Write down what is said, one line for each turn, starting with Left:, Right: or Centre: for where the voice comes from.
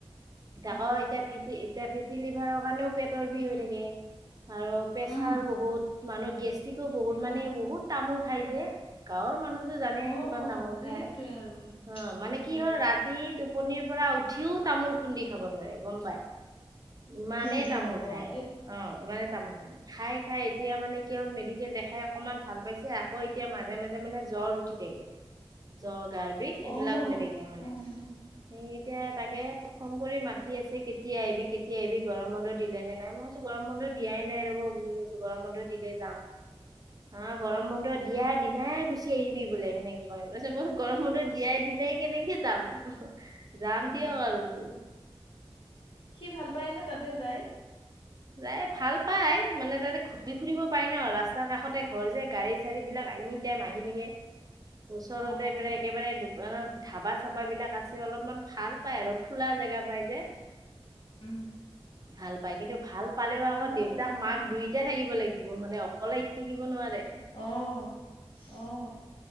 Right: আকৌ
Left: অ
Right: এতিয়া ফেটি এতিয়া ফেটি লিভাৰৰ কাৰণেও পেটৰ বিষ হৈ থাকে। আৰু প্ৰেছাৰ
Left: উম
Right: বহুত মানুহৰ গেষ্ট্ৰিকো বহুত
Left: উম
Right: মানে বহুত তামোল। খাই যে গাঁৱৰ মানুহতো জানেহে
Left: অ
Right: কিমান তামোল খাই।
Left: সেইটোৱে
Right: খাই
Left: আৰু
Right: অঁ মানে
Left: বাপৰে
Right: কি হ'ল ৰাতি টোপনি। টুপনিৰ পৰা উঠিও তামোল খুন্দি খাব ধৰে গম পাই। ইমানেই
Left: কি যে
Right: তামোল
Left: হব
Right: খায়
Left: আৰু দেই
Right: অঁ ইমানেই। তামোল চামোল খাই খাই এতিয়া মানে কি হ'ল, মেডিকেল দেখাই অকনমান ভাল পাইছে আকৌ এতিয়া মাজে মাজে মানে। জ্বৰ উঠি থাকে জ্বৰ গাৰ বিষ এইবিলাক
Left: অ
Right: হৈ থাকে মানে
Left: উম
Right: সেই।
Left: উম উম
Right: এতিয়া তাকে ফোন কৰি মাতি আছে। কেতিয়া আহিবি কেতিয়া আহিবি গৰম বন্ধ দিলে নে নাই মই কৈছোঁ গৰম বন্ধ। দিয়াই নাই ৰ'ব বুলি কৈছোঁ গৰম মানুহ দিলে যাম। অঁ গৰম বন্ধ দিয়াৰ দিনাই গুচি আহিবি বোলে সেনেকে কয়। তাৰপিছত মই গৰম বন্ধ দিয়াই দিনাই কেনেকে যাম। যাম দিয়ক
Left: অ
Right: আৰু বোলো।
Left: সি ভাল পায় ন তাতে যায়।
Right: যাই ভাল পাই মানে তাতে ঘুৰি ফুৰিব পাই, ন ৰাস্তাৰ কাষতে ঘৰ যে গাড়ী চাড়ী বিলাক। গাড়ী এনি টাইম আহি থাকে ওচৰতে
Left: অ
Right: মানে একেবাৰে দুকান। দোকান, ধাবা চাবা বিলাক আছে অলপমান ভাল পায় আৰু খোলা জেগা পাই যে।
Left: উম
Right: ভাল পাই কিন্তু ভাল পালেও আকৌ
Left: হয়
Right: দেউতাক
Left: আৰু আমাৰ
Right: মাক দুইটাই থাকিব লাগিব মানে অকলে আহি থাকিব নোৱাৰে।
Left: অঁহ অঁহ।